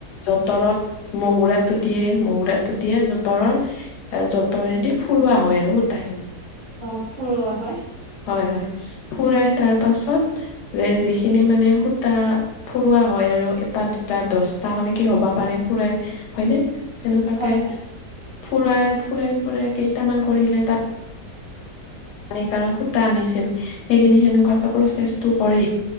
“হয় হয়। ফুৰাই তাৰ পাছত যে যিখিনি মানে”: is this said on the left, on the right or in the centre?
Left